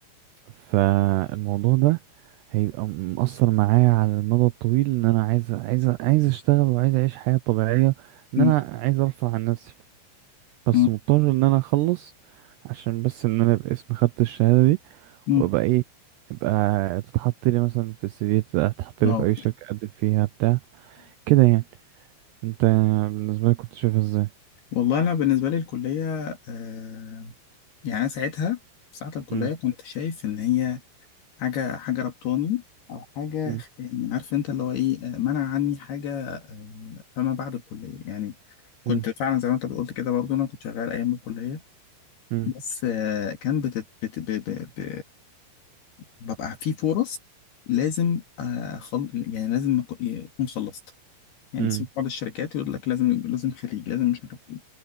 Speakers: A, on the right; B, on the left.
A: فالموضوع ده هيبقى مأثر معايا على المدى الطويل ان انا عايز عايز عايز اشتغل وعايز اعيش حياه طبيعيه ان
B: أمم،
A: انا عايز ارفع عن نفسي بس
B: أمم،
A: مضطر ان انا اخلص عشان بس ان انا ابقى اسمي خدت الشهاده دي
B: أمم،
A: وابقى ايه ابقى تتحط لي مثلا في السي في تتحط لي
B: أه
A: في اي شركة اقدم فيها بتاع كده يعني انت بالنسبة لك كنت شايفها ازاي
B: والله انا بالنسبه لي الكليه آه يعني انا ساعتها ساعه الكليه
A: مم،
B: كنت شايف ان هي حاجه حاجه ربطاني او حاجه
A: مم،
B: خ- يعني عارف انت اللي هو ايه آه، منع عني حاجه آه فما بعد الكليه يعني كنت
A: مم،
B: فعلا زي ما انت قلت كده برضه انا كنت شغال ايام الكليه
A: مم،
B: بس آه كان بتت بت ب ب ب ببقى في فرص لازم آه خل... يعني لازم أكون- اكون خلصت يعني
A: مم،
B: مثلا في بعض الشركات يقول لك لازم لازم خريج لازم مش عارف إيه.